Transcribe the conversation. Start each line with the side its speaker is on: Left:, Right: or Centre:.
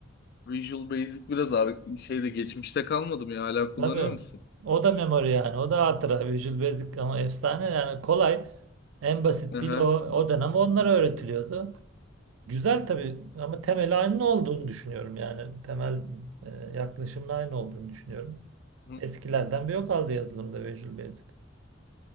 Left: Visual Basic biraz abi şeyde geçmişte kalmadım ya hala kullanıyor
Right: Tabii
Left: musun?
Right: o da memory yani o da hatıra Visual Basic ama efsane yani kolay en basit
Left: Aha.
Right: dil o, o dönem onlara öğretiliyordu. Güzel tabii ama temel aynı olduğunu düşünüyorum yani. Temel e, yaklaşımın aynı olduğunu düşünüyorum.
Left: Hı.
Right: Eskilerden bir yok aldı yazılımda Visual Basic.